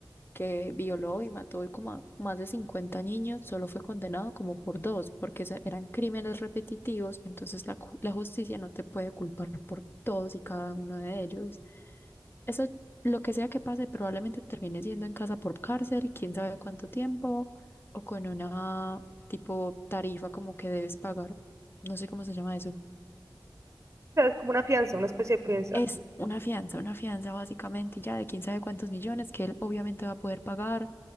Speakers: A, on the left; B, on the right.
A: que violó y mató como a más de 50 niños, solo fue condenado como por dos, porque se- eran crímenes repetitivos, entonces la, cu- la justicia no te puede culpar por todos y cada uno de ellos. Eso, lo que sea que pase, probablemente termine siendo en casa por cárcel, quién sabe cuánto tiempo, o con una tipo tarifa como que debes pagar, no sé cómo se llama eso.
B: como una fianza, una especie de fianza.
A: Es una fianza, una fianza básicamente y ya de quién sabe cuántos millones que él obviamente va a poder pagar